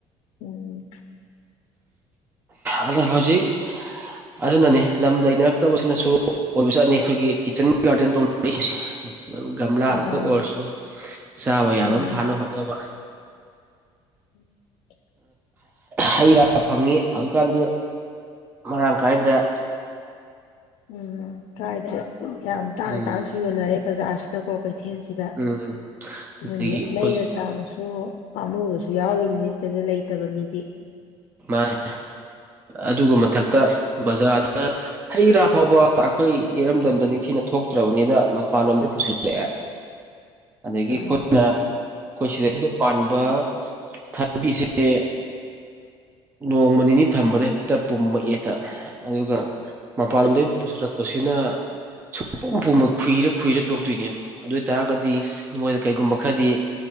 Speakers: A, on the left (about 65°); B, on the right (about 15°).
A: ꯎꯝ
B: ꯑꯗꯨꯅ ꯍꯧꯖꯤꯛ ꯑꯗꯨꯅꯅꯤ ꯂꯝ ꯂꯩꯅꯔꯛꯇꯕꯁꯤꯅꯁꯨ ꯑꯣꯏꯕ ꯆꯠꯅꯤ ꯑꯩꯈꯣꯏꯒꯤ ꯀꯤꯠꯆꯟ ꯒꯥꯔꯗꯦꯟ ꯇꯧꯅꯔꯛꯏꯁꯤꯡꯁꯦ <unintelligible> ꯒꯝꯂꯥ
A: ꯑꯥ
B: ꯉꯥꯛꯇ ꯑꯣꯏꯔꯁꯨ ꯆꯥꯕ ꯌꯥꯕ
A: ꯃꯥꯅꯦ
B: ꯑꯃ ꯊꯥꯅ ꯍꯣꯠꯅꯕ
A: <unintelligible>
B: ꯍꯩ ꯔꯥ ꯐꯪꯉꯤ ꯍꯧꯖꯤꯛꯀꯥꯟꯗꯤ ꯃꯔꯥꯡ ꯀꯥꯏꯗ꯭ꯔꯦ
A: ꯎꯝ ꯀꯥꯏꯗ꯭ꯔꯦ ꯌꯥꯝ ꯇꯥꯡ
B: ꯎꯝ
A: ꯇꯥꯡꯁꯨ ꯌꯣꯟꯅꯔꯦ ꯕꯖꯥꯔꯁꯤꯗꯀꯣ ꯀꯩꯊꯦꯜꯁꯤꯗ
B: ꯎꯝ
A: ꯑꯗꯨꯅ
B: ꯑꯗꯒꯤ
A: ꯍꯦꯛ ꯂꯩꯔ
B: ꯑꯩꯈꯣꯏꯒꯤ
A: ꯆꯥꯕꯁꯨ ꯄꯥꯝꯃꯨꯕꯁꯨ ꯌꯥꯎꯔꯤꯕꯝꯅꯤ ꯁꯤꯗꯩꯗ ꯂꯩꯇꯕ ꯃꯤꯗꯤ
B: ꯃꯥꯅꯤ ꯑꯗꯨꯒ ꯃꯊꯛꯇ ꯕꯖꯥꯔꯗ ꯍꯩ ꯔꯥ ꯐꯥꯎꯕ ꯑꯩꯈꯣꯏ ꯏꯔꯝꯗꯝꯗ ꯅꯤꯡꯊꯤꯅ ꯊꯣꯛꯇ꯭ꯔꯕꯅꯤꯅ ꯃꯄꯥꯟꯂꯣꯝꯗꯩ ꯄꯨꯁꯤꯜꯂꯛꯑꯦ ꯑꯗꯒꯤ
A: ꯎꯝ
B: ꯑꯩꯈꯣꯏꯅ ꯑꯩꯈꯣꯏ ꯁꯤꯗꯩꯁꯤꯗ ꯄꯥꯟꯕ ꯊꯥꯕꯤꯁꯦ ꯅꯣꯡꯃ ꯅꯤꯅꯤ ꯊꯝꯕꯗ ꯍꯦꯛꯇ ꯄꯨꯝꯃꯛꯑꯦꯛꯇ ꯑꯗꯨꯒ ꯃꯄꯥꯂꯣꯝꯗꯩ ꯄꯨꯁꯤꯜꯂꯛꯄꯁꯤꯅ ꯁꯨꯡ ꯄꯨꯝ ꯄꯨꯝꯃꯣꯢ ꯈꯨꯨꯏꯔ ꯈꯨꯨꯏꯔ ꯇꯣꯛꯇꯣꯏꯅꯦꯕ ꯑꯗꯨ ꯑꯣꯏꯇꯥꯔꯒꯗꯤ ꯃꯣꯏꯗ ꯀꯩꯒꯨꯝꯕ ꯈꯔꯗꯤ